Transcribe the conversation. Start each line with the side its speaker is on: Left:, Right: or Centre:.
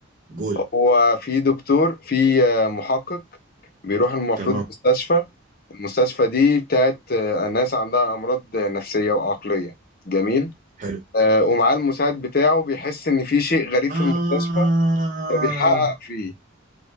Right: قول
Left: هو في دكتور في آه، محقق بيروح المفروض
Right: تمام
Left: مستشفى المستشفى دي بتاعت آه، ناس عندها أمراض نفسية وعقلية جميل
Right: حلو
Left: آه، ومعاه المساعد بتاعه بيحس إن في شيء غريب
Right: آه
Left: في المستشفى فبيحقق فيه